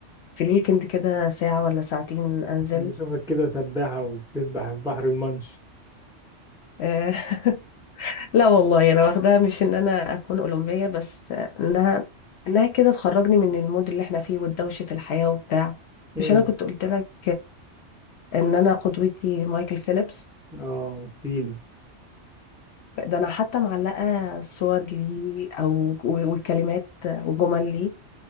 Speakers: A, on the left (about 65°); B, in the centre.
A: في الويكند كده ساعة ولا ساعتين انزل
B: أنا بشوفك كده سباحة وبتسبح في بحر المنش
A: آه، <laughs> لا والله انا واخداها مش ان انا اكون اولمبيه بس انها انها كده تخرجني من المود اللي احنا فيه ودوشه الحياه وبتاع
B: امم
A: مش انا كنت قلت لك ان انا قدوتي مايكل فيليبس
B: اه قلتيلي
A: ده انا حتى معلقه صور ليه او والكلمات وجمل ليه